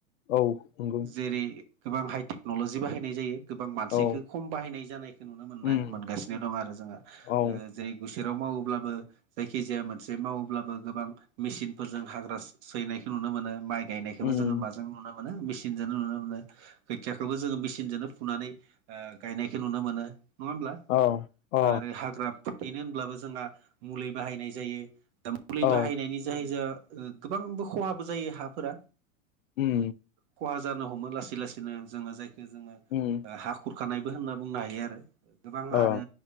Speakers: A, on the left (about 80°); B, on the right (about 55°).
A: औ नंगौ
B: जेरै गोबां हाइ टेक्नलजि बाहायनाय जायो। गोबां मानसिखो
A: औ
B: खम बाहायनाय जानायखो नुनो मोनना
A: उम
B: मोनगासिनो दं आरो जोङो ओ
A: औ
B: जेरै गुसेराव मावोब्लाबो जायखिजाया मोनसे मावोब्लाबो गोबां मेसिनफोरजों हाग्रा सैनायखौ नुनो मोनो माइ गायनायखोबो
A: उम
B: जोङो माजों नुनो मोनो मेसिनजोनो नुनो मोनो। खोथियाखोबो जोङो मेसिनजोनो फुनानै ओ गायनायखो नुनो मोनो। नङा होमब्ला?
A: औ अ
B: आरो हाग्रा फोथैनो होनब्लाबो जोंहा मुलि बाहायनाय जायो दा मुलि
A: औ
B: बाहायनायनि जाहै जा गोबांबो खहाबो जायो हाफोरा।
A: उम
B: खहा जानो हमो लासै लासैनो जोङो जायखो जोङो
A: उम।
B: हा खुरखानायबो होनना बुंनो हायो आरो। गोबां
A: अ
B: आरो